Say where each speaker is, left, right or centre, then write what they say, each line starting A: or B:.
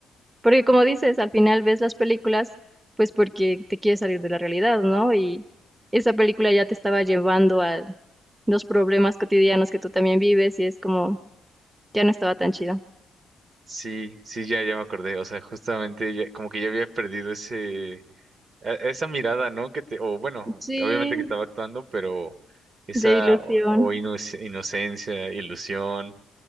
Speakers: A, on the right; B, on the right.
A: Porque como dices, al final ves las películas, pues porque te quieres salir de la realidad, ¿no? Y esa película ya te estaba llevando a los problemas cotidianos que tú también vives y es como, ya no estaba tan chido.
B: Sí, sí, ya, ya me acordé. O sea, justamente ya- como que ya había perdido ese, e- esa mirada, ¿no? Que te, o bueno,
A: Sí,
B: obviamente que estaba actuando, pero esa
A: de ilusión.
B: o, o inoc- inocencia, ilusión,